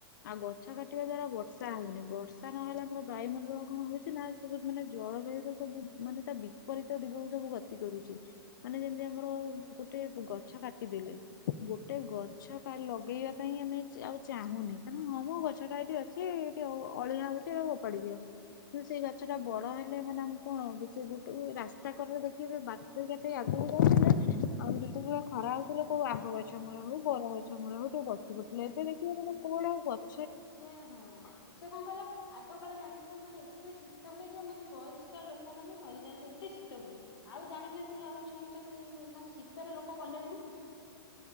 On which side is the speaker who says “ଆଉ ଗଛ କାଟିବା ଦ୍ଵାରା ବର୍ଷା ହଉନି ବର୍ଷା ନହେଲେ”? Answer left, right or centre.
Left